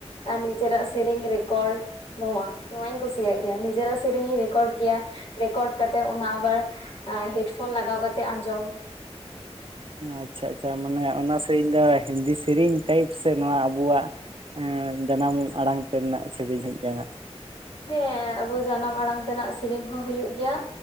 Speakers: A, on the left (about 60°); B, on the right (about 50°).
A: ᱟᱨ ᱱᱤᱡᱮᱨᱟᱜ ᱥᱮᱨᱮᱧ ᱨᱮᱠᱚᱨᱰ, ᱱᱚᱣᱟ ᱱᱚᱶᱟᱧ ᱠᱩᱥᱤᱭᱟᱜ ᱜᱮᱭᱟ, ᱱᱤᱡᱮᱨᱟᱜ ᱥᱮᱨᱮᱧ ᱤᱧ ᱨᱮᱠᱚᱨᱰ ᱜᱮᱭᱟ ᱨᱮᱠᱚᱨᱰ ᱠᱟᱛᱮᱫ ᱚᱱᱟ ᱟᱵᱟᱨ ᱟᱸ ᱦᱮᱰᱯᱷᱳᱱ ᱞᱟᱜᱟᱣ ᱠᱟᱛᱮᱫ ᱟᱸᱡᱚᱢ᱾
B: ᱟᱪᱪᱷᱟ ᱟᱪᱪᱷᱟ ᱢᱟᱱᱮ ᱚᱱᱟ ᱥᱮᱨᱮᱧ ᱫᱚ ᱦᱤᱱᱫᱤ ᱥᱮᱨᱮᱧ ᱴᱟᱭᱤᱯ ᱥᱮ ᱱᱚᱣᱟ ᱟᱵᱚᱣᱟᱜ ᱮᱸᱻ ᱡᱟᱱᱟᱢ ᱟᱲᱟᱝ ᱛᱮ ᱨᱮᱱᱟᱜ ᱥᱮᱨᱮᱧ ᱦᱮᱡ <inaudible>
A: ᱦᱮᱸ ᱟᱵᱚ ᱡᱟᱱᱟᱢ ᱟᱲᱟᱝ ᱛᱮᱱᱟᱜ ᱥᱮᱨᱮᱧ ᱦᱚᱸ ᱦᱩᱭᱩᱜ ᱜᱮᱭᱟ᱾